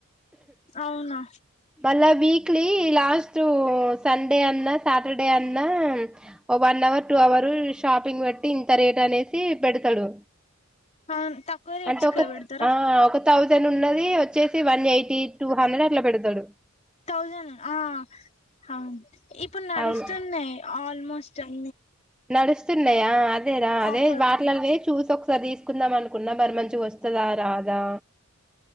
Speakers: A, on the left; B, in the centre.
A: అవునా
B: మళ్ళా వీక్లీ లాస్ట్ సండే అన్న సాటర్డే అన్నా ఓ one hour two hour shopping బెట్టి ఇంత రేట్ అనేసి పెడతాడు
A: అవును తక్కువ రేట్స్కే
B: అంటే ఒక
A: పెడతారా
B: ఆ ఒక థౌజం ఉన్నది వచ్చేసి వన్ ఎయిటీ టూ హండ్రెడ్ అట్లా పెడతాడు
A: థౌజండ్ ఆ అవును ఇప్పుడు నడుస్తున్నాయి
B: అవును
A: ఆల్మోస్ట్ అ
B: నడుస్తున్నాయా అదే రా అదే
A: ఆఫర్లు
B: వాటిలలో చూసు తీసుకుందాం అనుకున్నా మరి మంచి వస్తుందా రాదా